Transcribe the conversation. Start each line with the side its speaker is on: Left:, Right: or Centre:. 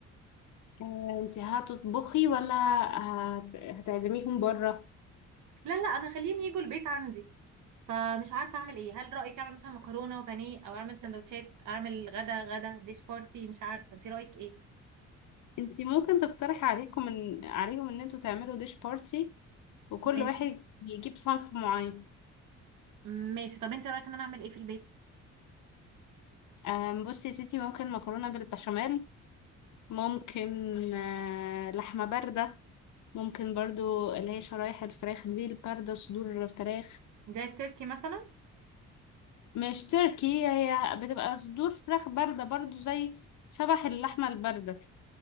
Left: اه انتي هتطبخي ولا هت... هتعزميهم بره؟
Right: لا لا انا خليهم يجوا البيت عندي فمش عارفة اعمل ايه هل رأيك اعمل مثلا مكرونة وبانيه او اعمل سندوتشات اعمل غدا غدا ديش بارتي مش عارفة انت رأيك ايه؟
Left: انتي ممكن تقترحي عليكم ان... عليهم ان انتوا تعملوا ديش بارتي وكل
Right: ماشي
Left: واحد يجيب صنف معين
Right: ماشي طب انت رأيك ان انا اعمل ايه في البيت؟
Left: اه بصي يا ستي ممكن مكرونة بالبشاميل ممكن اه لحمة باردة ممكن برضو اللي هي شرايح الفراخ دي الباردة صدور فراخ
Right: جاي تركي مثلا؟
Left: مش تركي هي بتبقى صدور فراخ باردة برضو زي شبح اللحمة الباردة